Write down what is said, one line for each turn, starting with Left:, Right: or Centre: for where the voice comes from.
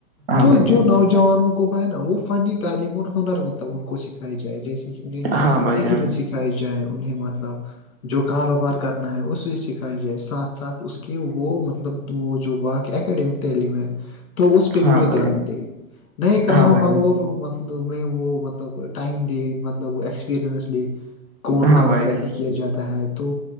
Right: ہاں
Left: تو
Right: بھائی جان
Left: جو نوجوانوں کو ہے نا وہ فنی تعلیم اور ہنر مطلب کو سکھائی جائے جیسے کہ انہیں
Right: ہاں بھائی
Left: سکل
Right: جان
Left: سکھائی جائےیں انہیں مطلب جو کاروبار کرنا ہے اس اس کا کہ جائے ساتھ ساتھ اس کے وہ مطلب وہ جو باقی اکیڈیمک تعلیم ہے تو اس پہ
Right: ہاں
Left: بھی وہ
Right: بھائی
Left: دھیان
Right: جان
Left: دے نئے کاروبار
Right: ہاں بھائی جان
Left: اور مطلب میں وہ مب مطلب ٹائم دے مطلب وہ ایکسپییرئنس لیے کون
Right: ہاں
Left: کام
Right: بھائی
Left: کیسے
Right: جان
Left: کیا جاتا ہے تو